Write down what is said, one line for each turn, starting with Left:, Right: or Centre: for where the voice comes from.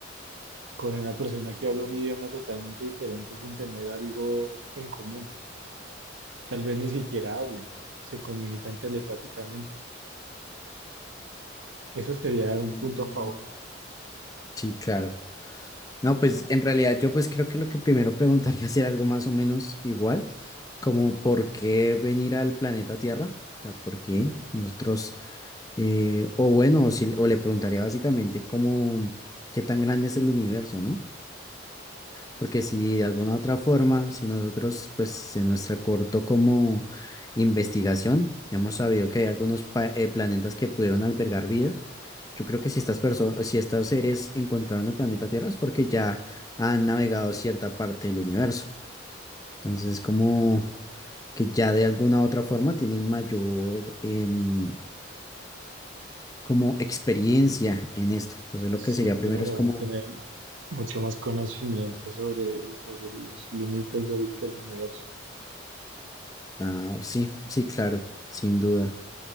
Right: con una persona que habla un idioma totalmente diferente sin tener algo en común. Tal vez ni siquiera hablen, se comunican telepáticamente. Eso sería
Left: Mm,
Right: un punto a favor.
Left: Sí, claro. No, pues en realidad yo pues creo que lo que primero <laughs> preguntaría sería algo más o menos igual, como por qué venir al planeta Tierra, o sea, por qué nosotros, eh, o bueno, o si- o le preguntaría básicamente cómo, qué tan grande es el universo, ¿no? Porque si de alguna otra forma, si nosotros, pues en nuestra corto como investigación, hemos sabido que hay algunos pa- eh, planetas que pudieron albergar vida, yo creo que si estas personas, si estos seres encontraron el planeta Tierra es porque ya han navegado cierta parte del universo. Entonces, como que ya de alguna otra forma tienen mayor em, como experiencia en esto. Entonces, lo
Right: Sí,
Left: que sería primero
Right: claro,
Left: es como,
Right: van a tener mucho más conocimiento sobre, sobre los límites del del universo.
Left: ah, sí, sí, claro, sin duda.